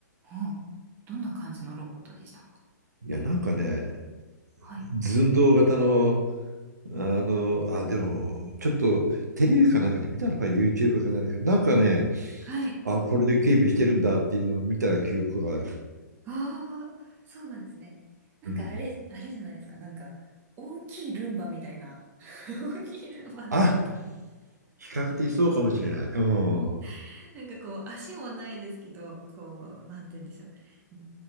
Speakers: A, on the right; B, on the right.
A: うん。どんな感じのロボットでしたか
B: いや、なんかね、
A: はい。
B: 寸胴型の、あの、あ、でも、ちょっとテレビかなんかで見たのか、YouTube か何か、なんかね、
A: はい
B: あ、これで警備してるんだっていうのを見た記憶がある。
A: ああ、そうなんですね。なんかあれ、
B: うん。
A: あれじゃないですか。なんか、大きいルンバみたいな。<laughs> 大きいルンバっていうと、
B: あ、比較的そうかもしれない。うん。
A: <laughs> なんかこう、足もないですけど、こう、なんて言うんでしょう。